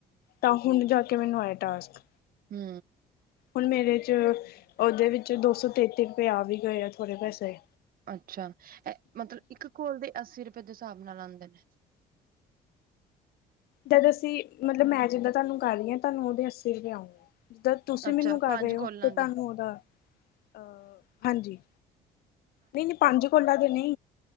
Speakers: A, on the left; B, on the right.
A: ਤਾ ਹੁਨ ਜਾ ਕੇ ਮੈਨੂੰ ਆਏ ਟਾਸਕ।
B: ਹੂੰ।
A: ਹੁਨ ਮੇਰੇ ਚ ਓਦੇ ਵਿੱਚ ਦੋਸੌ ਤੇਤੀ ਰੁਪਏ ਆ ਵੀ ਗਏ ਆ ਥੋੜੇ ਪੈਸੇ।
B: ਅੱਛਾ ਮਤਲਬ ਇੱਕ ਕੋਲ ਦੇ ਅੱਸੀ ਰੁਪੇ ਦੇ ਸਾਬ ਨਾਲ ਆਂਦੇ ਨੇ?
A: ਜਦ ਅਸੀ ਮਤਲਬ ਮੈਂ ਜਿੱਦਾ ਤਾਨੂੰ ਕਰ ਰੀ ਆ ਤਾਂਨੂੰ ਓਦੇ ਅੱਸੀ ਰੁਪੇ ਆਉਨਗੇ ਜਿੱਦਾ ਤੁਸੀ
B: ਅੱਛਾ
A: ਮਨੂੰ ਕਰ
B: ਪੰਜ
A: ਰੇ ਓ
B: ਕੋਲਾਂ
A: ਤੇ ਤਾਨੂੰ
B: ਦੇ
A: ਓਦਾ ਅ ਹਾਂਜੀ। ਨੀ ਨੀ ਪੰਜ ਕੋਲਾ ਦੇ ਨੀ।